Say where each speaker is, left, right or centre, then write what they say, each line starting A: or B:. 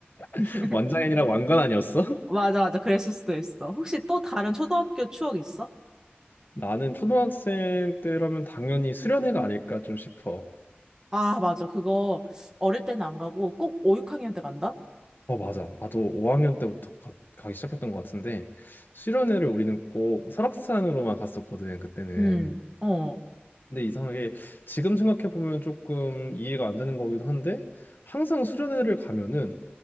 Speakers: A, on the right; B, on the left.
A: <laughs>
B: <laughs> 완장애니랑 왕관 아니었어? <laughs>
A: 맞아, 맞아. 그랬을 수도 있어. 혹시 또 다른 초등학교 추억 있어?
B: 나는 초등학생 때라면 당연히 수련회가 아닐까 좀 싶어.
A: 아, 맞아. 그거 어릴 때는 안 가고 꼭 5, 6학년 때 간다?
B: 어, 맞아. 나도 5학년 때부터 가, 가기 시작했던 것 같은데, 수련회를 우리는 꼭 설악산으로만 갔었거든, 그때는.
A: 음, 어,
B: 근데 이상하게 지금 생각해보면 조금 이해가 안 되는 거기도 한데, 항상 수련회를 가면은